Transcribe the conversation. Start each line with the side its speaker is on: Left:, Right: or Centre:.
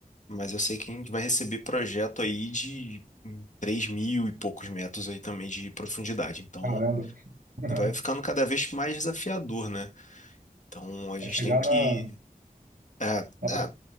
Left: mas eu sei que a gente vai receber projeto aí de 3 mil e poucos metros aí também de profundidade. Então,
Right: Caramba. <laughs>
Left: vai ficando cada vez mais desafiador, né? Então, a
Right: Vai
Left: gente
Right: chegar
Left: tem que...
Right: na,
Left: é,
Right: na...
Left: é,